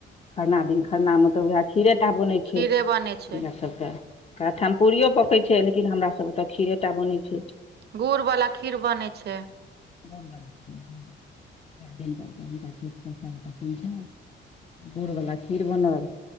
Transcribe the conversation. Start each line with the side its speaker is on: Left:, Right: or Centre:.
Left: खरना दिन खरना मे तऽ वएह खीरे टा बनै छै
Right: खीरे बनै छै
Left: हमरा सभ केँ कै ठाम पूड़ियो पकैत छै लेकिन हमरा सभ ओतय खीरे टा बनैत छै
Right: गुड़ वाला खीर बनै छै
Left: <unintelligible> गुड़वला खीर बनल